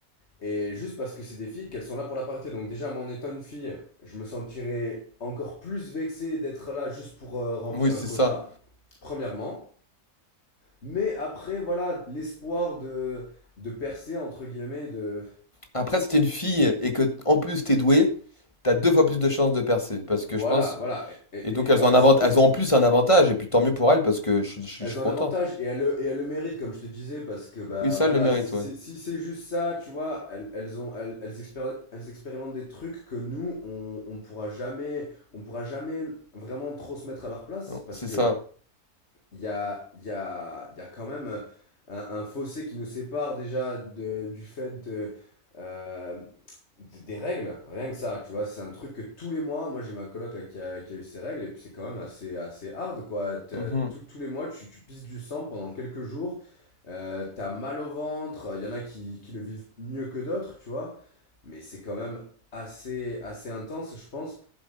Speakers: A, on the left; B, on the left.
A: Et juste parce que c'est des filles, qu'elles sont là pour la parité. Donc déjà, moi, en étant une fille, je me sentirais encore plus vexé d'être là juste pour euh, remplir
B: Oui, c'est
A: un quota,
B: ça.
A: premièrement. Mais après, voilà, l'espoir de, de percer, entre guillemets, de...
B: Après, si t'es une fille et que, en plus, t'es douée, t'as deux fois plus de chances de percer. Parce que
A: Voilà,
B: je pense.
A: voilà. Et, et-
B: Et donc,
A: et
B: elles
A: là,
B: ont un
A: c'est
B: avant...
A: cool.
B: elles ont en plus un avantage, et puis tant mieux pour elles, parce que je, suis- je suis
A: Elles
B: je suis
A: ont un
B: content.
A: avantage et elles, le- et elles le méritent, comme je te disais, parce que bah
B: Oui, ça,
A: voilà,
B: elles le mérite,
A: si
B: ouais.
A: c'est si c'est juste ça, tu vois, elles, elles ont elles, elles expéri- elles expérimentent des trucs que nous on, on pourra jamais on pourra jamais vraiment trop se mettre à leur place,
B: Bon,
A: parce
B: C'est
A: que
B: ça.
A: il y a, il y a, il y a quand même euh, un, un fossé qui nous sépare déjà de, du fait de, euh, d- des règles, rien que ça, tu vois, c'est un truc que tous les mois, moi j'ai ma coloc là, qui a, qui a eu ses règles, et puis c'est quand même assez, assez hard, quoi, T'as-
B: Mhm.
A: tous tous les mois tu, tu pisses du sang pendant quelques jours, euh, t'as mal au ventre, il y en a qui, qui le vivent mieux que d'autres, tu vois, mais c'est quand même assez, assez intense, je pense.